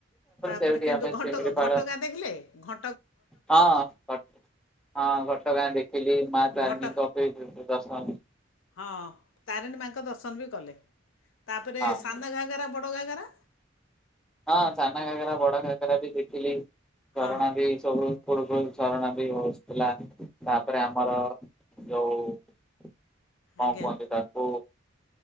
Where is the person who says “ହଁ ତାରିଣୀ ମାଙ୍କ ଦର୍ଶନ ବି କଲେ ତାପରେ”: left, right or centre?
Left